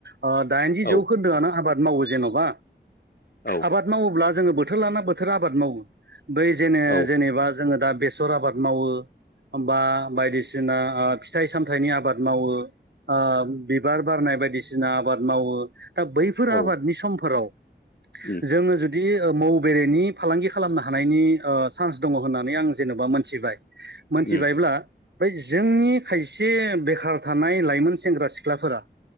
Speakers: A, on the right; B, on the left.
A: ओ दाइनजि
B: औ
A: जौखोन्दोआनो आबाद मावो जेन'बा
B: औ
A: आबाद मावोब्ला जोङो बोथोर लाना बोथोर आबाद मावो । बै जेने
B: औ
A: जेनेबा जोङो दा बेसर आबाद मावो बा बायदिसिना ओ फिथाइ सामथाइनि आबाद मावो ओ बिबार बारनाय बायदिसिना आबाद मावो । दा बैफोर
B: औ
A: आबादनि समफोराव
B: उम
A: जोंङो जु बिदि मौ बेरेनि फालांगि खालामनो हानायनि ओ सान्स दङ । होननानै आं जेन'बा मोनथिबाय मोनथिबायब्ला
B: उम
A: बै जोंनि खायसे बेखार थानाय लाइमोन सेंग्रा सिख्लाफोरा